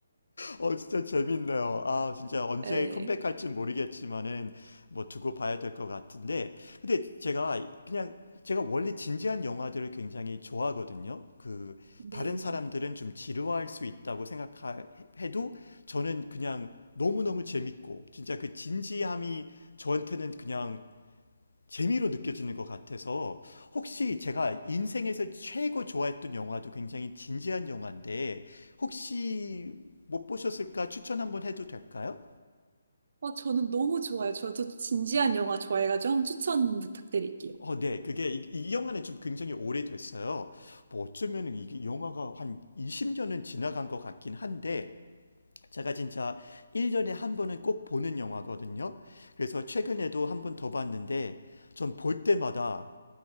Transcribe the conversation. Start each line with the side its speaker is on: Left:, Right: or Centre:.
Left: 어, 진짜 재밌네요. 아, 진짜 언제
Right: 네.
Left: 컴백할진 모르겠지만은 뭐 두고 봐야 될 것 같은데. 근데 제가 그냥 제가 원래 진지한 영화들을 굉장히 좋아하거든요. 그
Right: 네.
Left: 다른 사람들은 좀 지루할 수 있다고 생각해도 저는 그냥 너무너무 재밌고 진짜 그 진지함이 저한테는 그냥 재미로 느껴지는 것 같아서 혹시 제가 인생에서 최고 좋아했던 영화도 굉장히 진지한 영화인데 혹시 못 보셨을까 추천 한번 해도 될까요?
Right: 어, 저는 너무 좋아요. 저도 진지한 영화 좋아해가지고 한번 추천 부탁드릴게요.
Left: 어, 네. 그게 이, 이 영화는 좀 굉장히 오래됐어요. 뭐 어쩌면 이게 영화가 한 20년은 지나간 것 같긴 한데 제가 진짜 1년에 한 번은 꼭 보는 영화거든요. 그래서 최근에도 한 번 더 봤는데 전 볼 때마다